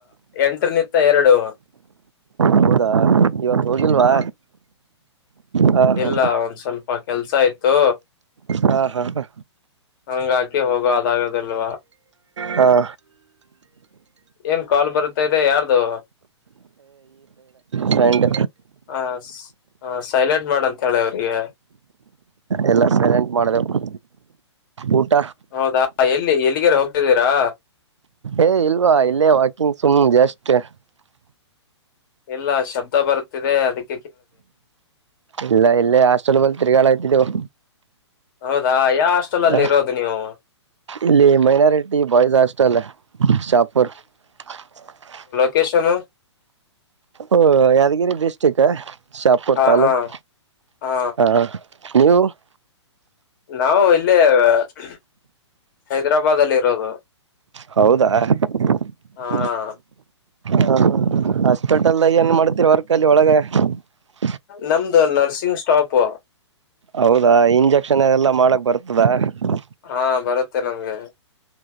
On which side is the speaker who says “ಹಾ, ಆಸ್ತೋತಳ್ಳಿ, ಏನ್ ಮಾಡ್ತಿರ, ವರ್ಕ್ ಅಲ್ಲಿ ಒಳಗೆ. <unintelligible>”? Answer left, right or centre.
Right